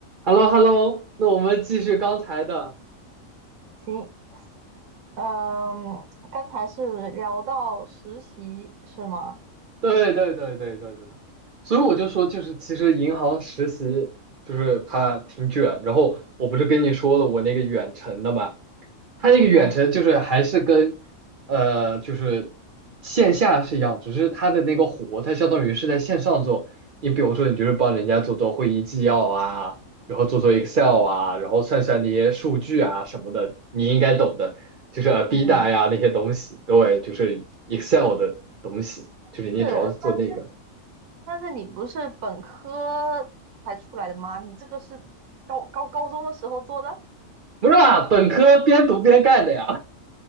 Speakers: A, on the right; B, on the right.
A: h e l l o h e l l o 那我们继续刚才的，
B: 行，嗯，刚才是聊到实习是吗？
A: 对对对对对对对，所以我就说，就是其实银行实习就是它挺卷，然后我不是跟你说了我那个远程的嘛，它那个远程就是还是跟呃就是线下是一样，
B: 嗯
A: 只是它的那个活，它相当于是在线上做，你比如说你就是帮人家做做会议纪要啊，然后做做 Excel 啊，然后算算那些数据啊什么的，你应该懂的。就是啊 B
B: 嗯，
A: 大呀那些东西，对，就是 Excel 的东西，就是你主要是做那个。
B: 是，但是但是你不是本科才出来的吗？你这个是高高高中的时候做的？
A: 不是啊，本科边读边干的呀。